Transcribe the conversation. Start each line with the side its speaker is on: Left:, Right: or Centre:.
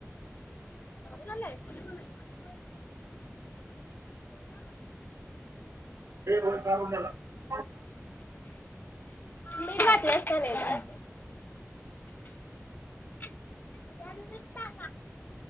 Left: झाले <unintelligible>
Right: हे हो कार झाला <unintelligible>
Left: मी घातले असत नाऽ त्यांतच टाका.